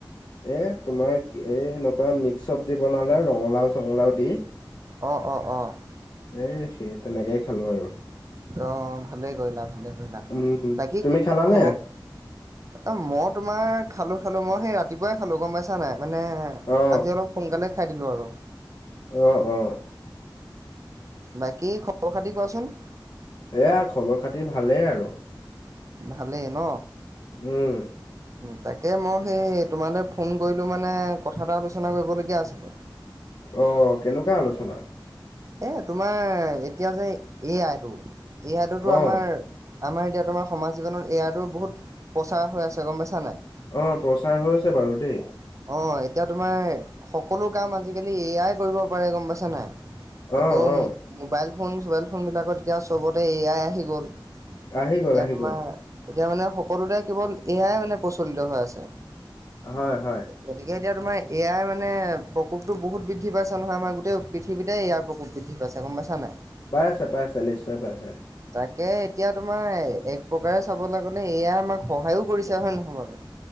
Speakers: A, on the left; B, on the right.
A: এ তোমাৰ এ এনেকুৱা মিক্স চবজি বনালে ৰঙালাও চঙালাও দি।
B: অঁ', অঁ', অঁ'
A: এ সেই তেনেকেই খালো আৰু।
B: অ', ভালে কৰিলা ভালে কৰিলা
A: উম
B: বাকী
A: তুমি খালানে
B: খব, অ', মই তোমাৰ খালো খালো মই সেই ৰাতিপুৱাই খালো গম পাইছা নাই মানে,
A: অ
B: আজি অলপ সোনকালে খাই দিলো আৰু।
A: অঁ', অঁ'
B: বাকী খবৰ খাতি কোৱাচোন?
A: এয়া খবৰ খাতি ভালেই আৰু।
B: ভালেই ন?
A: উম
B: তাকে মই সেই তোমালৈ ফোন কৰিলোঁ মানে কথা এটা আলোচনা কৰিবলগীয়া আছিলে।
A: অ কেনেকুৱা আলোচনা?
B: এ তোমাৰ এতিয়া যে এ আইটো এ আইটোতো আমাৰ,
A: অ
B: আমাৰ এতিয়া তোমাৰ সমাজ জীৱনত এ আইতোৰ বহুত প্ৰচাৰ হৈ আছে গম পাইছা নাই?
A: অ প্ৰচাৰ হৈছে বাৰু দেই,
B: অঁ এতিয়া তোমাৰ সকলো কাম আজিকালি এ আই কৰিব পাৰে গম পাইছা নাই?
A: অ
B: আকৌ
A: অ
B: মোবাইল ফোন চবাইল ফোনবিলাকত এতিয়া চবতে এ আই আহি গ'ল।
A: আহি গ'ল
B: এতিয়া
A: আহি
B: তোমাৰ
A: গ'ল
B: এতিয়া মানে সকলোতে কেৱল এ আই মানে প্ৰচলিত হৈ আছে।
A: হয় হয়।
B: গতিকে এতিয়া তোমাৰ এ আই মানে প্ৰকোপটো বহুত বৃদ্ধি পাইছে নহয় আমাৰ গোটেই পৃথিৱীতে ইয়াৰ, প্ৰকোপ বৃদ্ধি পাইছে গম পাইছা নাই?
A: পাইছে পাইছে নিশ্চয় পাইছে।
B: তাকে এতিয়া তোমাৰ এক প্ৰকাৰে চাবলৈ গলে, এ আই আমাক সহায়ো কৰিছে হয়নে নহয় বাৰু। <inaudible>